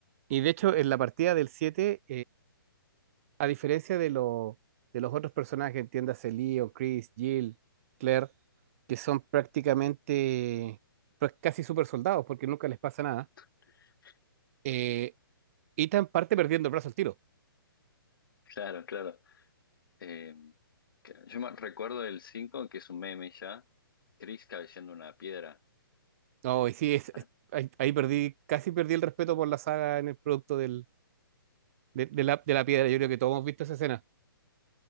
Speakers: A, on the right; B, on the left.
A: y de hecho en la partida del siete. a diferencia de, lo- de los otros personajes, entiéndase Leo, Chris, Jill, Claire, que son prácticamente pues, casi super soldados porque nunca les pasa nada,
B: <laughs>
A: eh, Ethan parte perdiendo el brazo al tiro.
B: Claro, claro. Eh, que- yo me recuerdo el 5 que es un meme ya, Chris cabeceando una piedra.
A: No, y sí, es,
B: Ar-
A: es- ahí, ahí perdí, casi perdí el respeto por la saga en el producto del, de, de la, de la piedra. Yo creo que todos hemos visto esa escena.